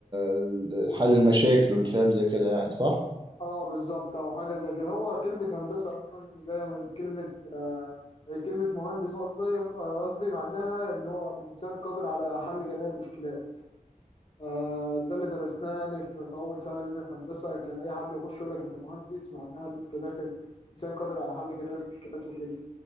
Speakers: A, on the right; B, on the left.
A: ال- حل المشاكل والكلام زي كده يعني صح؟
B: اه بالظبط او حاجه زي كده هو كلمه هندسه اصلا جايه من كلمه آه كلمه مهندس قصدي آه، قصدي معناها ان هو انسان قادر على حل جميع المشكلات آه ده اللي درسناه يعني في, في اول سنه لنا في هندسه كان اي حد يخش يقول لك انت مهندس معناها ان انت داخل انسان قادر على حل جميع المشكلات وكده